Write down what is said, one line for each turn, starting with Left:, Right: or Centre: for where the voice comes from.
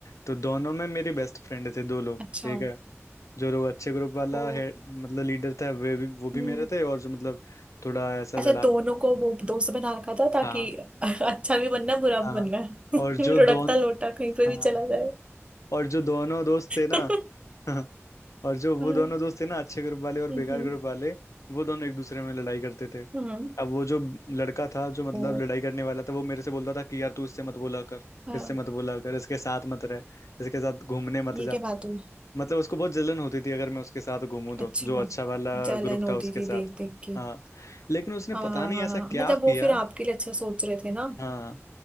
Left: तो दोनों में मेरी बेस्ट फ्रेंड थे दो लोग
Right: अच्छा
Left: ठीक है जो लोग अच्छे ग्रुप वाला
Right: ओ
Left: है मतलब लीडर था वे भी वो भी
Right: हम्म
Left: मेरे थे और जो मतलब थोड़ा ऐसा
Right: अच्छा
Left: लड़ा
Right: दोनों को वो दोस्त बना रखा था ताकि
Left: हाँ
Right: <laughs> अच्छा भी बनना बुरा भी
Left: हाँ
Right: बनना <laughs>
Left: और जो
Right: लुढ़कता
Left: दोन
Right: लोटा कहीं पे
Left: हाँ
Right: भी चला जाए
Left: और जो दोनों दोस्त थे ना
Right: <laughs>
Left: <laughs> और जो वो
Right: हम्म
Left: दोनों दोस्त थे ना अच्छे ग्रुप वाले और
Right: हम्म
Left: बेकार ग्रुप वाले वो दोनों एक दूसरे में लड़ाई करते थे
Right: हम्म
Left: अब वो जो लड़का था जो मतलब
Right: ओ
Left: लड़ाई करने वाला था वो मेरे से बोलता था कि यार तू इससे मत बोला कर
Right: हाँ
Left: इससे मत बोला कर इसके साथ मत रह इसके साथ घूमने मत
Right: ये
Left: जा
Right: क्या बात हुई
Left: मतलब उसको बहुत जलन होती थी अगर मैं उसके साथ घूमूं तो
Right: अच्छा
Left: जो अच्छा वाला
Right: जलन
Left: ग्रुप
Right: होती
Left: था उसके
Right: थी
Left: साथ
Right: देख देख के
Left: हाँ लेकिन उसने
Right: हाँ
Left: पता नहीं ऐसा क्या
Right: मतलब
Left: किया
Right: वो फिर आपके लिए अच्छा सोच रहे थे ना
Left: हाँ